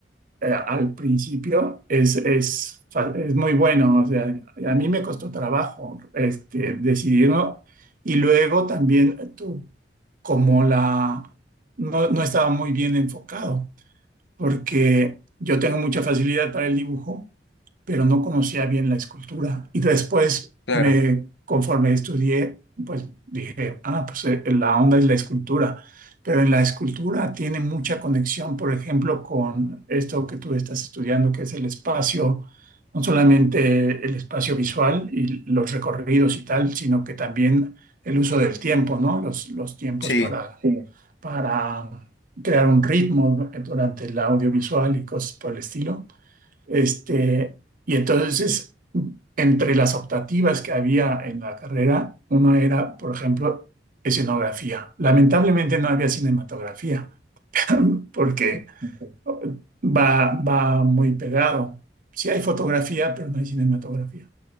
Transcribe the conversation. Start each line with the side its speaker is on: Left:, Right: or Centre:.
Right: eh, al principio es, es, fa- es muy bueno. O sea, a mí me costó trabajo este, decidirlo y luego también eh, tú, como la, no, no estaba muy bien enfocado. porque yo tengo mucha facilidad para el dibujo, pero no conocía bien la escultura. Y después,
Left: claro,
Right: me, conforme estudié, pues dije, ah, pues eh, la onda es la escultura. Pero en la escultura tiene mucha conexión, por ejemplo, con esto que tú estás estudiando, que es el espacio, no solamente el espacio visual y los recorridos y tal, sino que también el uso del tiempo, ¿no? Los, los tiempos
Left: sí,
Right: para, Sí, para crear un ritmo durante el audiovisual y cosas por el estilo. Este, y entonces, entre las optativas que había en la carrera, una era, por ejemplo, escenografía. Lamentablemente no había cinematografía, porque
Left: ok.
Right: Ok. va, va muy pegado. Sí hay fotografía, pero no hay cinematografía.